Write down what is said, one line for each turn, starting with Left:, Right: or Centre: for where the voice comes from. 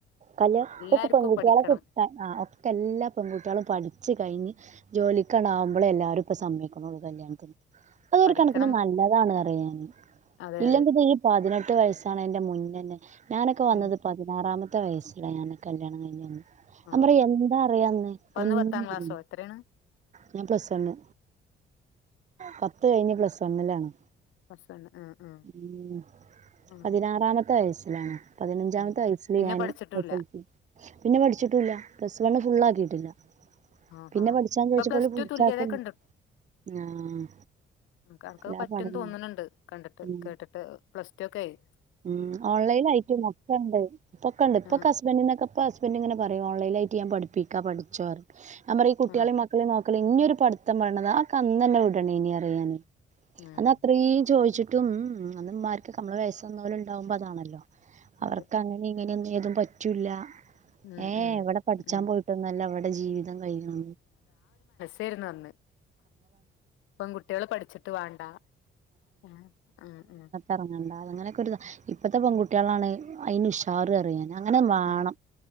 Right: കല്
Left: എല്ലാർക്കും
Right: ഒക്കെ പെൺകുട്ടികളെ
Left: പഠിക്കണം
Right: കിട്ടാൻ ഒക്കെ എല്ലാ പെൺകുട്ടികളും പഠിച്ച് കഴിഞ്ഞ് ജോലിക്കണാവുമ്പളെ എല്ലാരും ഇപ്പ സമ്മയ്ക്ക്ണുള്ളു കല്യാൺത്തിന് അതൊരു
Left: പഠിക്കണം
Right: കണക്കിന് നല്ലതാണ് അറിയ് ഞാന്
Left: അതെ
Right: ഇല്ലെങ്കി
Left: അതെ
Right: പതിനെട്ട് വയസ്സാണ് അയിന്റെ മുന്നെന്നെ ഞാനൊക്ക വന്നത്
Left: ഉം
Right: പതിനാറാമത്തെ ത്ത വയസ്സില ഞാന് കല്യാണം കഴിഞ്ഞ് വന്നെ
Left: ആ
Right: അം പറയ്
Left: ഓ
Right: എന്താ അറിയാന്ന്
Left: അപ്പൊ അന്ന്
Right: ഒന്നു
Left: പത്താം ക്ലാസ്സോ
Right: അറീല
Left: എത്രയാണ്
Right: ഞാൻ പ്ലസ് വണ്ണ് പത്ത് കഴിഞ്ഞ് പ്ലസ് വണ്ണിലാണ്
Left: പ്ലസ് വൺ ആ ആ
Right: ഉം
Left: ആ
Right: പതിനാറാമത്തെ വയസ്സിലാണ് പതിനഞ്ചാമത്തെ
Left: ഉം
Right: വയസ്സില്
Left: പിന്നെ
Right: ഞാന്
Left: പഠിച്ചിട്ടുല്ല
Right: എസ് എൽ സി പിന്നെ പഠിച്ചിട്ടൂല്ല പ്ലസ് വണ്ണ് ഫുള്ളാക്കീട്ടില്ല
Left: ആഹാ
Right: പിന്നെ പഠിച്ചാൻ
Left: ഇപ്പൊ
Right: ചോയിച്ചപ്പൊ
Left: പ്ലസ്
Right: ഓല്
Left: ടു തുല്യതൊക്കെ
Right: <unintelligible> ആഹ്
Left: അനക്ക്ക്കൊക്ക
Right: എല്ലാ
Left: പറ്റുംന്ന്
Right: പഠനം
Left: തോന്നണ് ണ്ട് കണ്ടിട്ട്
Right: ഉം
Left: കേട്ടിട്ട് പ്ലസ് ട്ടു ഒക്കെ ആയി
Right: ഉം ഓൺലൈനായിട്ടും ഒക്ക ഇണ്ട് ഇപ്പൊക്കണ്ട് ഇപ്പൊക്ക
Left: ആ
Right: ഹസ്ബന്റിനൊക്ക ഇപ ൻഡ് ഇങ്ങന പറയും ഓൺലൈൻ ആയിട്ട് ഞാ പഠിപ്പിക്ക പഠിച്ചൊ ഞാൻ പറിയ് കുട്ടീളെ
Left: ആ
Right: മ മക്കളി മോക്കലും ഇഞ്യൊരു പഠിത്തം <unintelligible> അതൊക്കന്നന്നെ വിടണേന് പറിയ് ഞാന്
Left: ഉം
Right: അന്ന് അത്രീം ചോദിച്ചിട്ടും ഊം ഉം അന്ന് ഇമ്മർകൊക്ക നമ്മള് വയസ്സന്നോല് ഇണ്ടാവുമ്പൊ അതാണല്ലൊ
Left: അതെ
Right: അവർക്ക് അങ്ങനെ ഇങ്ങനെയൊന്നും ഏതും പറ്റൂല്ല
Left: ഉം
Right: ഏഹ്
Left: ഉം
Right: ഇവിടെ പഠിച്ചാൻ
Left: ഉം
Right: പോയിട്ടൊന്നല്ല ഇവിടെ ജീവിതം കഴിയ്ണെ
Left: തരുന്നന്ന് പെൺകുട്ടീള് പഠിച്ചിട്ട് വാണ്ട ഉം ആഹ് ആഹ്
Right: എറങ്ങണ്ട അങ്ങനൊക്കൊരുതാ ഇപ്പത്തെ പെകുട്ടീളാണ് അയിന് ഉഷാറ് പറിയ് ഞാന് അങ്ങനെ വാണം
Left: ഉം